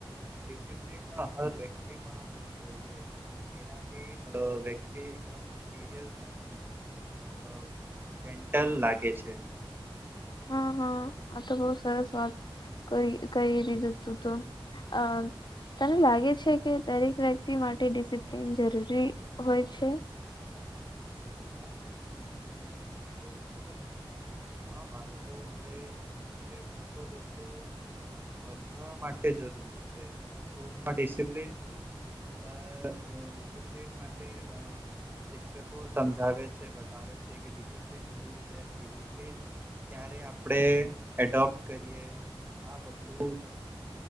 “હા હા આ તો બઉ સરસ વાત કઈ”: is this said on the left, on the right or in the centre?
Left